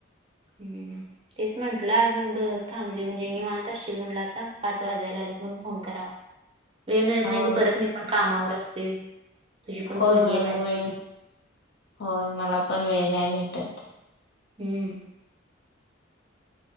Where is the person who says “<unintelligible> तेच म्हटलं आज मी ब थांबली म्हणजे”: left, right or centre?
Right